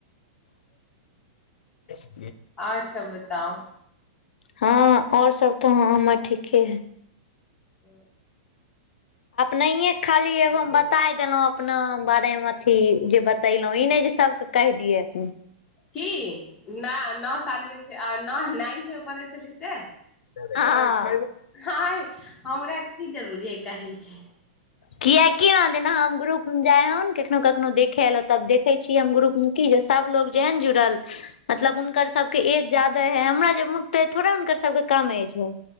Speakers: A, on the left; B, on the left.
A: ह
B: आओर सब बताउ
A: हँ आओर सब तऽ ह हमर ठीके है
B: आ
A: नहिए खाली एगो हम बताय देलहुँ अपना बारेमे अथी जे बतेलहुँ ई नहि जे सबके कहि दियै अप
B: की नहि नओ साल के छै न नाइन्थ मे पढ़ै छलै से
A: हँ
B: आय हमरा की जरूरी है कहय के
A: कियाकि ने जेना हम ग्रुप मे जाय ह कखनो कखनो देखे ल तब देखे छीयै हम ग्रुप मे की जे सब लोग जेहन जुड़ल मतलब हुनकर सबके एज ज्यादे है हमरा जे मुक है थोड़े हुनकर सबके कम एज है